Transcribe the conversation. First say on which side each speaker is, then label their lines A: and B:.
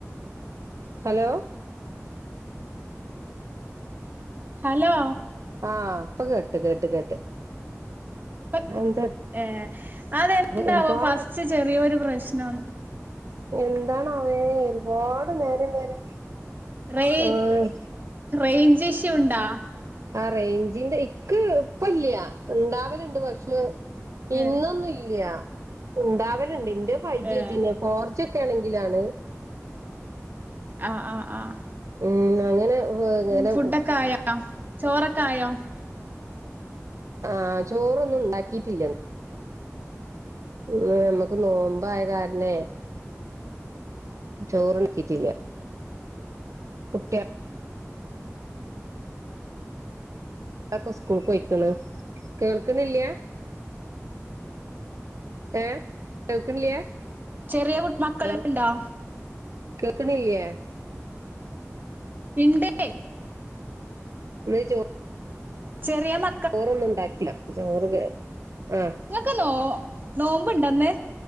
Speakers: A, on the right; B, on the right.
A: ഹലോ
B: ഹലോ
A: ആഹ് ഇപ്പ കേട്ട് കേട്ട് കേട്ട്
B: ഇപ്പ
A: എന്താ
B: ഏ അതെന്താവോ
A: ഒരുപാട്
B: ഫസ്റ്റ് ചെറിയൊരു പ്രശ്നം
A: എന്താണവേ ഒരുപാട് നേരം വരെ
B: റൈ
A: ആഹ്
B: റേഞ്ചിഷ്യൂ ഉണ്ടോ
A: ആഹ് റേഞ്ചിന്റെ ഇക്ക് ഇപ്പല്ല്യ ഇണ്ടാവലുണ്ട് പക്ഷെ ഇന്നൊന്നും
B: ഏ
A: ഇല്ല ഇണ്ടാവലുണ്ട് ഇന്റെ ഫൈവ്ജി
B: ഏ
A: ആയിറ്റന്ന്യാ ഫോർജി ഒക്കെ ആണെങ്കിലാണ്
B: ആഹ് ആഹ് ആഹ്
A: ഉം അങ്ങനെ അങ്ങനെ
B: ഉം ഫുഡൊക്കെ ആയോ ചോറൊക്കെ ആയോ
A: ആഹ് ചോറൊന്നും ഉണ്ടാക്കിയിട്ടില്ലന്ന് മേ നമ്മക്ക് നോമ്പായ കാരണേ ചോറ് ഇണ്ടാക്കിറ്റില്ല. കുട്ട്യാ ളക്കെ സ്കൂൾക്ക് പോയ്ക്ക്ണ്. കേൾക്ക്ണില്ല? ഏഹ് കേൾക്ക്ണില്ല്യ?
B: ചെറിയ കു മക്കള്ണ്ടോ
A: ഹലോ കേൾക്ക്ണ്ല്ല്യേ?
B: ഇണ്ടേ
A: വിളിച്ചോ
B: ചെറിയ മ
A: ചോറൊന്നും ഉണ്ടാക്കില്ല, ചോറ് <unintelligible> ആഹ്
B: ഇങ്ങക്ക് നോ നോമ്പ് ഇണ്ടന്ന്.